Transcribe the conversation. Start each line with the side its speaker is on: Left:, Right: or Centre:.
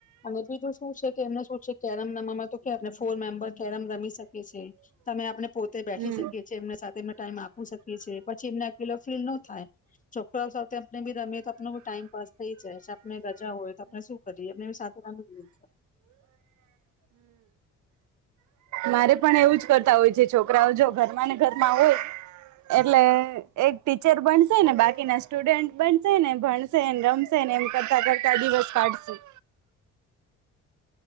Left: અને બીજું શું છે કે એમને શું છે કેરમ રમવામાં તો કે ફોર મેમ્બર કેરમ રમી શકીએ છે તમે આપણે પોતે બેઠી
Right: હમ. હમ
Left: શકીએ છીએ એમને સાથે એમ ટાઈમ આપી શકીએ છએ પછી એમને અકેલો ફીલ ન થાય છોકરાઓ સાથે આપણે ભી રમીએ તો આપણો બી ટાઈમપસ થઈ જાય છે.. આપણે રજા હોય તો આપણે શું કરીએ એમને સાથે રમી લઈએ..
Right: મારે પણ એવું જ કરતા હોય છે છોકરાઓ જો ઘરમાં ને ઘરમાં હોય એટલે એક ટીચર બનશેને બાકીના સ્ટુડન્ટ બનશે ને ભણશેને રમશેને એમ કરતા કરતા દિવસ કાઢશે